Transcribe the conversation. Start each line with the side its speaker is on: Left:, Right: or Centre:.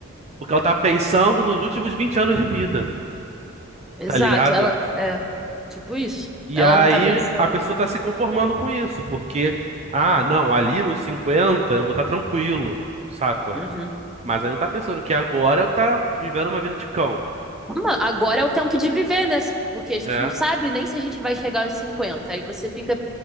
Right: porque ela tá pensando nos últimos 20 anos de vida,
Centre: Exato,
Right: tá ligado?
Centre: ela é tipo isso.
Right: E
Centre: Ela
Right: aí
Centre: não tá pensando.
Right: a pessoa tá se conformando com isso, porque, ah, não, ali nos 50 eu vou estar tranquilo, saca?
Centre: Uhum.
Right: Mas aí não tá pensando que agora eu tá vivendo uma vida de cão,
Centre: Uma- Agora é o tempo de viver, né? Se- Porque a gente
Right: é.
Centre: não sabe nem se a gente vai chegar aos cinquenta Aí você fica